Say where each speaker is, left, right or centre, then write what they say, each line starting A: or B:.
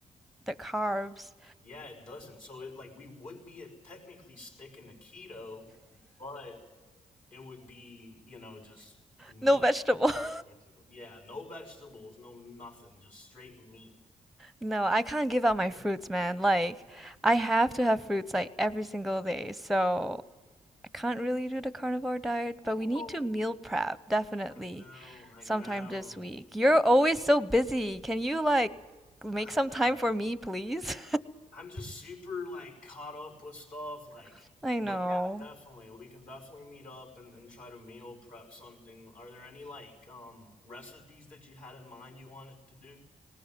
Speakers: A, in the centre; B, on the left.
A: the carbs,
B: yeah, it doesn't. So it like we would be at technically sticking to keto, but it would be, you know, just meat
A: no vegetables.
B: instead
A: <laughs>
B: basically. Yeah, no vegetables, no nothing, just straight meat.
A: No, I can't give up my fruits, man. Like I have to have fruits like every single day. So I can't really do the carnivore diet,
B: Well,
A: but
B: well,
A: we need to meal prep definitely
B: I know, I
A: sometime
B: know,
A: this week. You're always so busy. Can you like make
B: I
A: some
B: know.
A: time for me, please?
B: I'm just super like caught up with stuff like
A: <laughs> I
B: but
A: know.
B: yeah, definitely. We can definitely meet up and, and try to meal prep something. Are there any like um recipes that you had in mind you wanted to do?